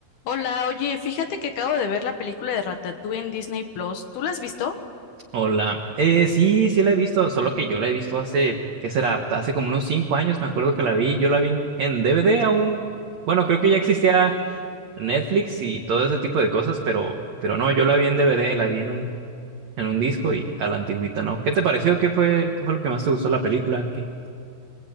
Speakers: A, on the left; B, on the right.
A: Hola, oye, fíjate que acabo de ver la película de Ratatouille en Disney Plus. ¿Tú la has visto?
B: Hola. Eh, sí, sí la he visto, solo que yo la he visto hace, ¿qué será? Hace como unos cinco años, me acuerdo que la vi. Yo la vi en DVD aún. Bueno, creo que ya existía Netflix y todo ese tipo de cosas, pero, pero no, yo la vi en DVD, la vi en un, en un disco y a la antigüita, ¿no? ¿Qué te pareció? ¿Qué fue, qué fue lo que más te gustó de la película? ¿Qué?